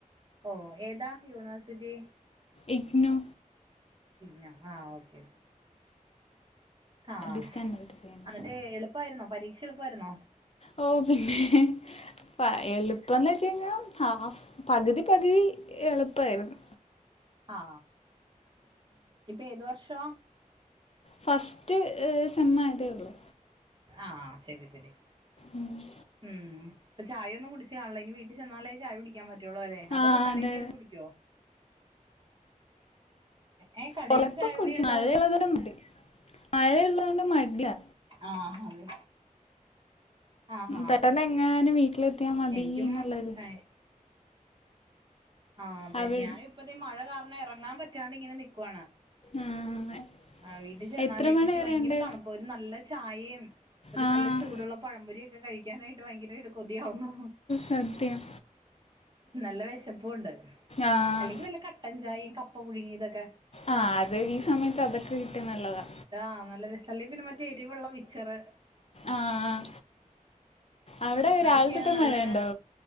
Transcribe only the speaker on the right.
ഓ ഏതാ യൂണിവേഴ്സിറ്റി.
നോ ആ ഓക്കെ ക്കെ ഹാ..
ഹ്
എന്നിട്ട് എളുപ്പായിരുന്നോ പരീക്ഷ എളുപ്പവാരുന്നോ.
ആ.. ഇപ്പൊ ഏതു വർഷ്വ
ആ.. ശരി ശരി
ഉം.. ഇപ്പ ചായൊന്നും കുടിച്ചു കാണില്ല. ഇനി വീട്ടിൽ ചെന്നാലേ ചായ കുടി <unintelligible> അതോ
കടേ
കേറി കുടിക്യോ? ഏ കടയിൽന്ന്
ചായകുടി ഉണ്ടോന്ന്
ആഹ് അതെ. ആഹാ
എനിക്കും ആഹ് ആ അതെ
ഞാനിപ്പതെ മഴ കാരണം ഇറങ്ങാൻ പറ്റാണ്ട് ഇങ്ങനെ നിക്കുവാണ്.
ആ വീട്ടിൽ ചെന്നാലേ
പക്ഷെ
ഭയങ്കര തണ്പ്പ ഒരു നല്ല ചായേം ഒരു
നല്ല ചൂടുള്ള പഴംപൊരി ഒക്കെ കഴിക്കാനായിട്ട് ഭയങ്കരായിട്ട് കൊതിയാവുന്നു
നല്ല വെശപ്പും ഒണ്ട്
അല്ലെങ്കിൽ വല്ല ക ട്ടൻ ചായയും ഈ കപ്പ പുഴുങ്ങിയതൊക്കെ
ആഹ് നല്ല വി സല്ലി പിന്ന മറ്റേ എരിവെള്ള മിച്ചറ്
അതൊക്കെയാണ്
നല്ല